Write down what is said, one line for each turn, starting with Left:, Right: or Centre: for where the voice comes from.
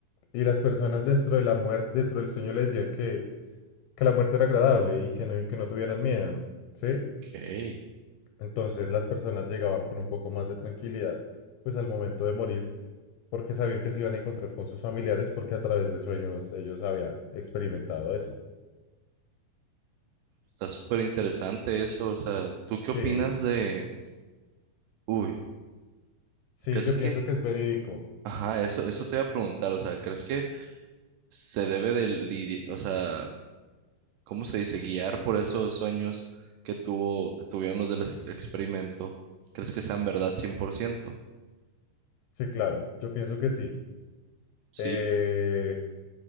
Left: y las personas dentro de la muerte, dentro del sueño le decían que, que la muerte era agradable y que no, y que no tuvieran miedo, ¿sí?
Right: ok.
Left: Entonces las personas llegaban con un poco más de tranquilidad, pues al momento de morir, porque sabían que se iban a encontrar con sus familiares, porque a través de sueños ellos habían experimentado eso.
Right: Está súper interesante eso, o sea, ¿tú qué
Left: Sí,
Right: opinas de... Uy,
Left: sí,
Right: ¿crees
Left: yo
Right: que...
Left: pienso que es verídico.
Right: Ajá, eso, eso te iba a preguntar, o sea, ¿crees que se debe de lidiar, o sea, ¿cómo se dice? Guiar por esos sueños que tuvo, que tuvieron los del ex- experimento, ¿crees que sean verdad cien por ciento
Left: Sí, claro, yo pienso que sí.
Right: Sí,
Left: Eh,